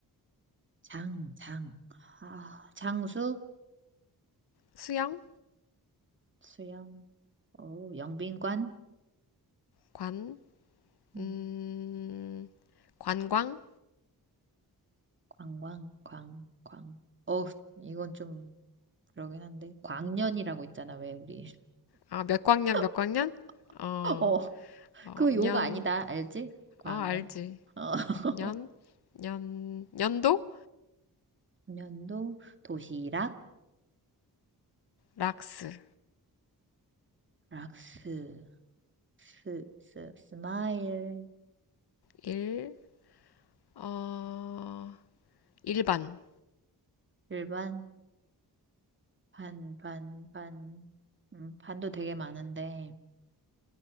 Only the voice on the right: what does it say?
장, 장. 아, 장수,
수영, 어, 영빈관,
음,
광광, 광, 광. 어, 이건 좀 그러긴 한데. 광년이라고 있잖아, 왜 우리.
<laughs>
어,
그
요가 아니다, 알지? 광년.
어.
<laughs>
연도 도시락
락스 스, 스 스마일
일반 반 반 반 음, 반도 되게 많은데